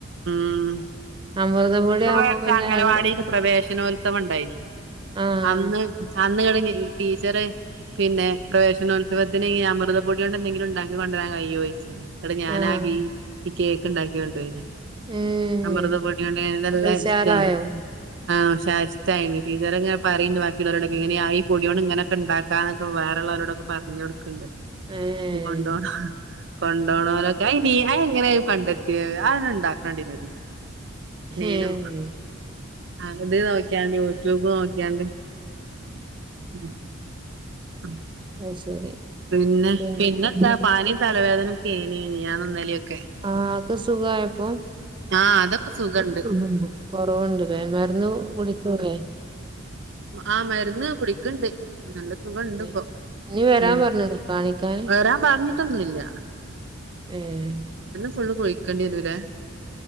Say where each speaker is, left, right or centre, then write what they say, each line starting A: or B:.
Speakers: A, on the right; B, on the right.
A: ഉം
B: അമൃതംപൊടി
A: പിന്നെ ഇപ്പ ഇബെടെ
B: ആവുമ്പോ
A: അട്ത്ത്
B: പിന്നെ
A: അംഗൽവാടിയിൽ
B: അയാള്
A: പ്രവേശനോത്സവം ഇണ്ടായിനി
B: ആഹ്
A: അന്ന് അന്ന് ഇങ്ങെട്ട് നിന് ടീച്ചെറ് പിന്നെ പ്രവേശനോത്സവത്തിന് ഈ അമൃതം പൊടിയോണ്ട് എന്തെങ്കിലും ഇണ്ടാക്കി കൊണ്ടെരാൻ കയ്യോയ്ച്ച് ഇന്നെട്ട് ഞാനാകെ
B: ആഹ്
A: ഈ കേക്ക് ഇണ്ടാക്കി കൊണ്ടോയിനി
B: ഏഹ്
A: അമൃത പൊട്യോണ്ട് ഏഹ് ഇത്
B: അത്
A: നല്ല
B: ഉഷാറായോ?
A: ഇഷ്ടായി ആഹ് ച്ചാ ഇഷ്ടായിന് ടീച്ചറ് ഇങ്ങനെ പറീണ്ട് ബാക്കി ഇള്ളോരൊടൊക്കെ ഇങ്ങനെ ആയി പൊടിയോണ്ട് ഇങ്ങനനൊക്കെ ഇണ്ടാക്കാന്നൊക്കെ വേറെള്ളോലോടൊക്കെ പർഞ്ഞൊട്ക്ക്ണ്ട്.
B: ഏഹ്
A: കൊണ്ടോ കൊണ്ടോണോലൊക്കെ അയി <unintelligible> അയങ്ങനെയ് അയ് കണ്ടെത്തിയ അയ് ഒന്ന് ഇണ്ടാക്കണ്ടനൊ മീനോ
B: ഏഹ്
A: അത് നോക്കിയാണ്ട് യുട്യൂബ് നോക്കിയാണ്ട് ഉം ഉം.
B: അയ് ശരി.
A: പിന്നെ
B: പിന്നെ
A: പിന്നെത്താ പനീം തലവേദനൊക്കെ ഏനി മിനിഞ്ഞാന്നും ഇന്നലൊക്കെ
B: ആഹ് ആക്കെ സുഖായപ്പൊ?
A: ആഹ് അതൊക്കെ സുഖണ്ട്
B: അത് സുഗണ്ട്. കൊറവ്ണ്ട് ലേ. മരുന്ന് കുടിക്കൂലേ?
A: ആ മര്ന്ന് കുടിക്ക്ണ്ട്. നല്ല സുഖണ്ട്
B: ഏ.
A: ഇപ്പോ
B: ഇനി വരാൻ
A: ഉം
B: പറഞ്ഞ്ണോ കാണിക്കാന്?
A: വെരാൻ പർഞ്ഞിട്ടൊന്നുംല്ല.
B: ഏഹ്.
A: ഫുള്ള് കൊയിക്കണ്ടിയരൂലെ